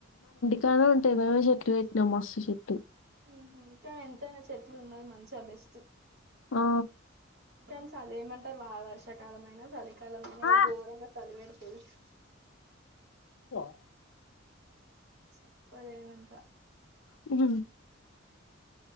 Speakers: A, on the left; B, on the right.
A: కానే ఉంటాయి మేమే చెట్లు పెట్టినాం మస్తు చెట్లు
B: ఉహ కానీ ఎంతైనా చెట్లు ఉన్నది మంచి చ బెస్ట్
A: ఆ!
B: కనీ చాలేమంటారు వా వర్ష కాలం మే చలికాలం మైన
A: ఆ!
B: ఘోరంగా చలివేడ స
A: <unintelligible> వ
B: చెప్పలేేనంతా
A: ఉ